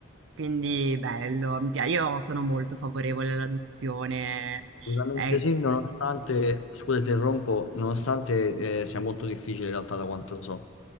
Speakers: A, on the right; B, on the left.
A: Quindi bello, mi pia- io sono molto favorevole all'adozione.
B: assolutamente
A: Eh,
B: sì, nonostante, scusa, ti interrompo, nonostante eh, sia molto difficile in realtà da quanto so.